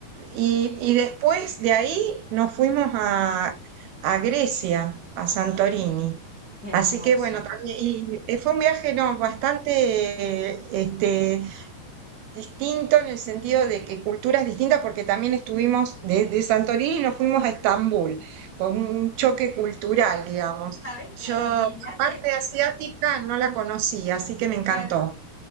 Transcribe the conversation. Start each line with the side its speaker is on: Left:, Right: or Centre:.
Right: Y, y después de ahí nos fuimos a, a Grecia, a Santorini.
Left: ¡Ah! ¡Qué
Right: Así
Left: hermoso!
Right: que bueno, también, y eh, fue un viaje no, bastante eh, este, distinto en el sentido de que culturas distintas, porque también estuvimos desde Santorini y nos fuimos a Estambul, con un choque cultural, digamos.
Left: ¿Sabés
Right: Yo
Left: qué?
Right: la
Left: Mi viaje,
Right: parte asiática no la conocía, así que me encantó.
Left: claro.